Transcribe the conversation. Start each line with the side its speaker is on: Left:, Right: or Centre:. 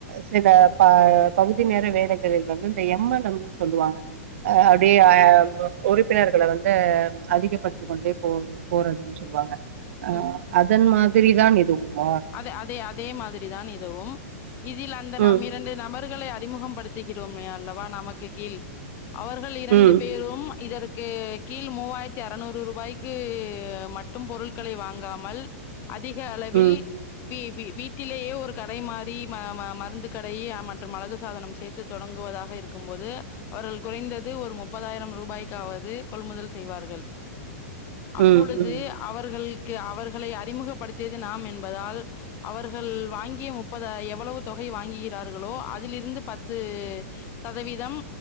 Right: சில ப பகுதி நேர வேலைகளில் வந்து இந்த எம் எல் எம் னு சொல்லுவாங்க அ அப்டியே அ உறுப்பினர்கள வந்து அதிகப்படுத்தி கொண்டே போ போறது சொல்வாங்க அ
Left: ம்
Right: அதன் மாதிரி தான் இதுவுமா
Left: அத அதே அதே மாதிரி தான் இதுவும் இதில் அந்த நாம்
Right: ம்
Left: இரண்டு நபர்களை அறிமுகம் படுத்துகிறோமே அல்லவா நமக்கு கீழ் அவர்கள் இரண்டு
Right: ம்
Left: பேரும் இதற்கு கீழ் மூவாயிரத்தி அறநூறு ரூபாய்க் கு மட்டும் பொருள்களை வாங்காமல் அதிக அளவில்
Right: ம்
Left: வீ வீ வீட்டிலேயே ஒரு கடை மாரி ம ம மருந்து கடையி அ மற்றும் அழகு சாதனம் சேத் து தொடங்குவதாக இருக்கும்போது அவர்கள் குறைந்தது ஒரு முப்பதாயிரம் ரூபாய்க்காவது கொள்முதல் செய்வார்கள் அப்பொழுது
Right: ம் ம்
Left: அவர்கள்க்கு அவர்களை அறிமுகப்படுத்தியது நாம் என்பதால் அவர்கள் வாங்கிய முப்பதாயி எவ்வளவு தொகை வாங்கிகிறார்களோ அதிலிருந்து பத்து சதவீதம்